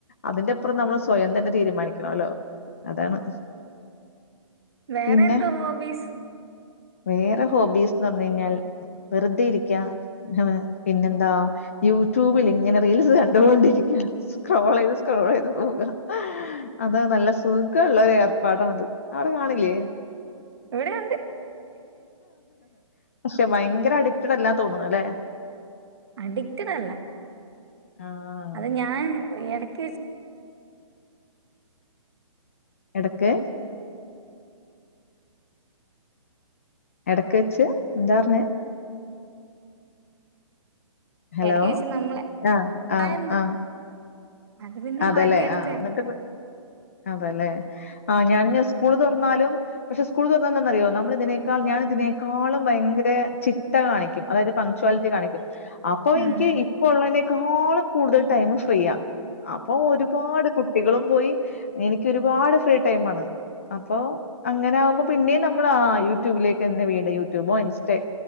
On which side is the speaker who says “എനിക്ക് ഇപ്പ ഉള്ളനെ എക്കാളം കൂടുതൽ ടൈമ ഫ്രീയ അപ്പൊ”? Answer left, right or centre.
Left